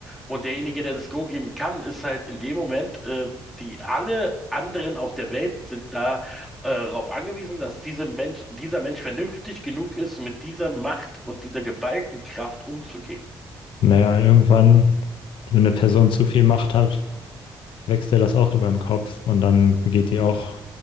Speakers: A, in the centre; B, on the left.
A: Und derjenige, der das Go geben kann, ist halt in dem Moment, äh, die alle anderen auf der Welt sind da äh, darauf angewiesen, dass diese Mensch, dieser Mensch vernünftig genug ist, mit dieser Macht und dieser geballten Kraft umzugehen.
B: Naja, irgendwann, wenn eine Person zu viel Macht hat, wächst ihr das auch über den Kopf und dann begeht die auch